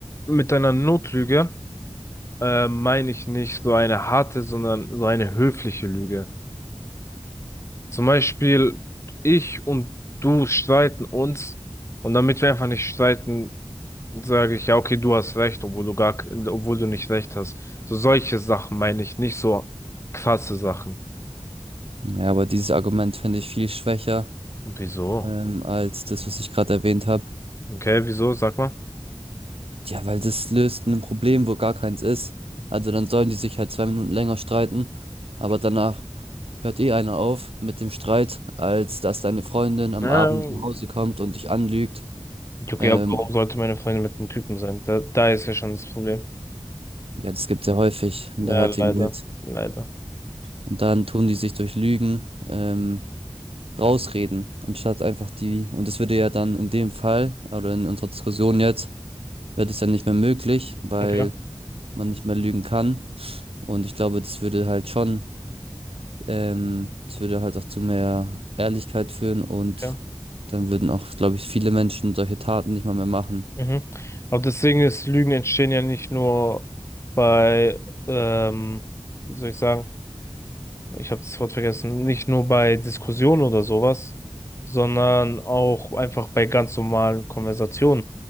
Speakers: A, on the left; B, on the right.
A: mit einer Notlüge äh, meine ich nicht so eine harte, sondern so eine höfliche Lüge. Zum Beispiel, ich und du streiten uns und damit wir einfach nicht streiten, sage ich, ja, okay, du hast recht, obwohl du gar, k- obwohl du nicht recht hast. So solche Sachen meine ich, nicht so krasse Sachen.
B: Ja, aber dieses Argument finde ich viel schwächer,
A: Wieso?
B: ähm, als das, was ich gerade erwähnt habe.
A: Okay, wieso? Sag mal.
B: Ja, weil das löst ein Problem, wo gar keins ist. Also dann sollen die sich halt zwei Minuten länger streiten, aber danach hört eh einer auf mit dem Streit, als dass deine Freundin am
A: Ähm,
B: Abend nach Hause kommt und dich anlügt.
A: okay,
B: Ähm,
A: aber warum sollte meine Freundin mit einem Typen sein? Da, da ist ja schon das Problem.
B: ja, das gibt's ja häufig in
A: Ja,
B: der heutigen
A: leider,
B: Welt.
A: leider.
B: Und dann tun die sich durch Lügen ähm, rausreden, anstatt einfach die, und das würde ja dann in dem Fall, oder in unserer Diskussion jetzt, wird es ja nicht mehr möglich, weil
A: Okay,
B: man nicht mehr lügen kann. Und ich glaube, das würde halt schon, ähm, das würde halt auch zu mehr Ehrlichkeit führen und
A: okay.
B: dann würden auch, glaube ich, viele Menschen solche Taten nicht mal mehr machen.
A: Mhm. Aber deswegen ist Lügen entstehen ja nicht nur bei, ähm, wie soll ich sagen? ich habe das Wort vergessen, nicht nur bei Diskussionen oder sowas, sondern auch einfach bei ganz normalen Konversationen.